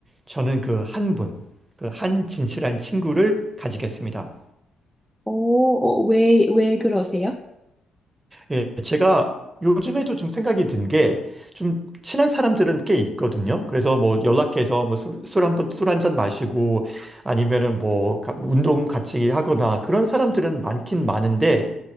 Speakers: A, on the right (about 15°); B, in the centre.
A: 저는 그 한 분, 그 한 진실한 친구를 가지겠습니다.
B: 오.. 어, 어, 왜, 왜 그러세요?
A: 예, 제가 요즘에도 좀 생각이 든 게 좀 친한 사람들은 꽤 있거든요. 그래서 뭐 연락해서 뭐 술, 술 한 번, 술 한 잔 마시고 아니면은 뭐 가- 운동 같이 하거나 그런 사람들은 많긴 많은데